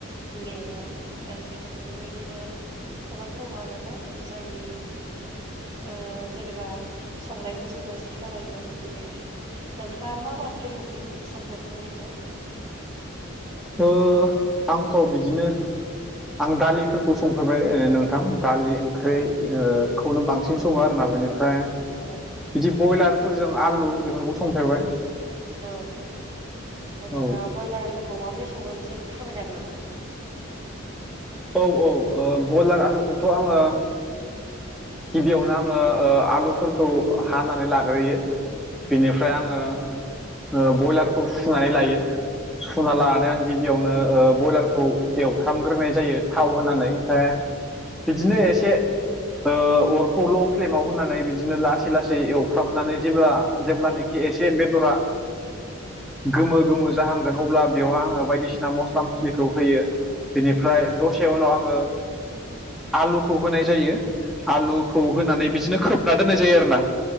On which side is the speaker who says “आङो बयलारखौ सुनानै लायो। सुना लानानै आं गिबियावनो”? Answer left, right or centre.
Centre